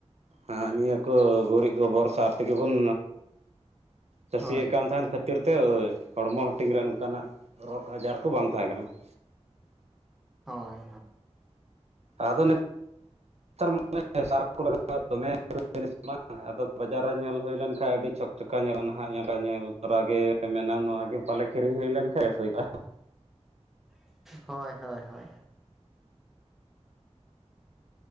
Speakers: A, on the right; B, in the centre.
A: ᱦᱟᱸ ᱱᱤᱭᱟᱹ ᱠᱚ ᱜᱩᱨᱤᱡ ᱜᱚᱵᱚᱨ ᱥᱟᱨ ᱛᱮᱜᱮ ᱵᱚᱱ? ᱪᱟᱹᱥᱤᱭᱮᱜ
B: ᱦᱳᱭ
A: ᱠᱟᱱ ᱛᱟᱦᱮᱱ ᱠᱷᱟᱹᱛᱤᱨ ᱛᱮ ᱦᱚᱲᱢᱚ ᱦᱟᱹᱴᱤᱧ ᱨᱮ ᱱᱚᱝᱠᱟᱱᱟᱜ ᱨᱳᱜᱽ ᱟᱡᱟᱨ ᱠᱚ ᱵᱟᱝ ᱛᱟᱦᱮᱸ ᱠᱟᱱᱟ ᱾
B: ᱦᱚᱭ
A: ᱟᱫᱚ ᱱᱮᱛᱟᱨ ᱥᱟᱨ ᱞᱟᱜ <inaudible> ᱫᱚᱢᱮ <inaudible> ᱟᱫᱚ ᱵᱟᱡᱟᱨ ᱨᱮ ᱧᱮᱞ ᱦᱩᱭ ᱞᱮᱱᱠᱷᱟᱱ ᱟᱹᱰᱤ ᱪᱷᱚᱠ ᱪᱚᱠᱟ ᱧᱮᱞᱟ ᱱᱟᱦᱟᱜ ᱧᱮᱞ ᱧᱮᱞ ᱛᱚᱨᱟ ᱜᱮ ᱾ ᱢᱮᱱᱟᱢ ᱱᱚᱣᱟ ᱜᱮ ᱯᱟᱞᱮ ᱠᱤᱨᱤᱧ ᱦᱩᱭ ᱞᱮᱱᱠᱷᱟᱱ ᱵᱮᱥ ᱦᱩᱭᱩᱜᱼᱟ᱾
B: ᱦᱚᱭ, ᱦᱚᱭ, ᱦᱚᱭ